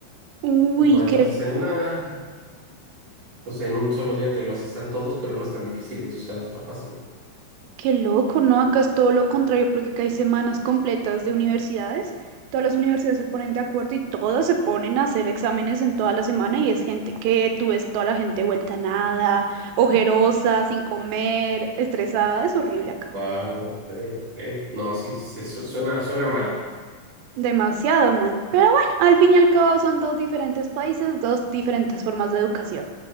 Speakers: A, on the right (about 80°); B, on the right (about 45°).
A: Uy,
B: Los maestros
A: qué
B: dicen, nada. Entonces, en un solo día te los hacen todos, pero no es tan difícil o sea, está fácil.
A: Qué loco, ¿no? Acá es todo lo contrario porque acá hay semanas completas de universidades. Todas las universidades se ponen de acuerdo y todas se ponen a hacer exámenes en toda la semana y es gente que tú ves a toda la gente vuelta a nada, ojerosa, sin comer, estresada. Es horrible acá.
B: Wow, ok, ok. No, sí, se, su- suena, suena mal.
A: Demasiado mal. Pero bueno, al fin y al cabo son dos diferentes países, dos diferentes formas de educación.